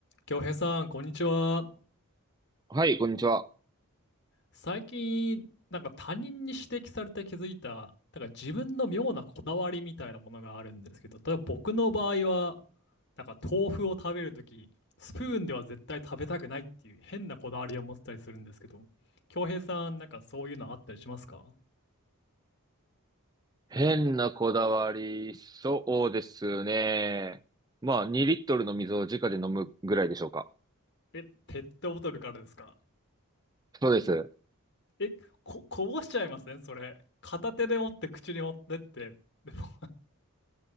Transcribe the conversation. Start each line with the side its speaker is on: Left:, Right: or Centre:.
Left: 京平さん、こんにちは。
Right: はい、こんにちは。
Left: 最近、なんか他人に指摘されて気づいた、なんか自分の妙なこだわりみたいなものがあるんですけど、例えば僕の場合は、なんか豆腐を食べるとき、スプーンでは絶対食べたくないっていう変なこだわりを持ってたりするんですけど、京平さん、なんかそういうのあったりしますか
Right: 変なこだわり、そうですね。まあ、2リットルの水を直で飲むぐらいでしょうか。
Left: え、ペットボトルからですか
Right: そうです。
Left: え、こ、こぼしちゃいませんそれ。片手で持って口に持ってって。でも、